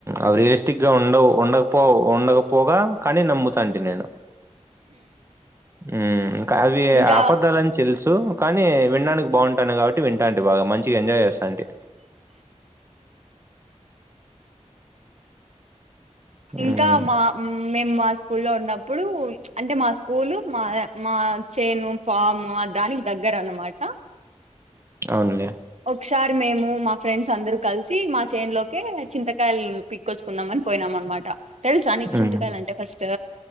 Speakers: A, on the right; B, on the right.
A: అవేరియస్టిక్ గా ఉండవు ఉండకపోవ్ ఉండకపోగా కానీ నమ్ముతాంటి నేను ఊ ఇంక అవీ
B: ఇంకా
A: ఆపద్ధాలన్ తెల్సు తో కానీ విండానికి బాంటాన్డే కాబట్టి కి వింటాంటి బాగ మంచిగ ఎంజాయ్ చేస్ సంటే హ్మ్.
B: ఇంకా మా మేమ్ మా సు స్కూల్లో ఉన్నప్పుడు అంటే మా స్కూలు మా మా చేను ఫాము ఆ దానికి దగ్గర అన్నమాట
A: అవున్లే
B: ఒక్సారి మేము మా ఫ్రెండ్స్ అందరు కల్సీ మా చేన్ లోకకే చింతకాయల్ పిక్కొచ్చుకుందామన్ పోయినామన్మాట తెల్సా నీక్
A: హ్మ్.
B: చింతకాయ్లంటే ఫస్టూ